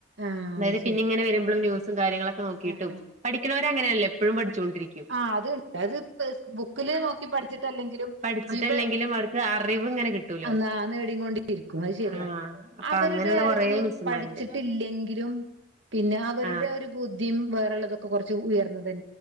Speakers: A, on the right; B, on the right.
A: ആഹ്
B: അതായത്
A: അത് ശരി
B: പിന്നെ ഇങ്ങനെ വരുമ്പളും ന്യൂസും കാര്യങ്ങളും ക്കെ നോക്കിയിട്ടും
A: ആഹ്
B: പഠിക്കുന്നവരങ്ങനെയല്ലേ എപ്പഴും പഠിച്ചൊണ്ടിരിക
A: ആ അത്ണ്ട് അത് ബുക്കില് നോക്കി പഠിച്ചിട്ടല്ലെങ്കിലും
B: പഠിച്ചിട്ടില്ലെങ്കിലും
A: <unintelligible>
B: അവർക്ക് അറിവ് ഇങ്ങനെ കിട്ടൂലോ
A: അന്നാ നേടീ കൊണ്ടിരിക്കും അത് ശരിയാ
B: ആഹ് അപ്പൊ
A: അവരുടെ
B: അങ്ങനെയുള്ള
A: അറിവിന്
B: കൊറേ മിസ്സുമാരുണ്ട്
A: പഠിച്ചിട്ടില്ലെങ്കി ങ്കിലും പി അവരുടെ
B: ആഹ്
A: ഒരു ബുദ്ധിയും വേറള്ളതൊക്കെ കൊറച്ച് ഉയർന്ന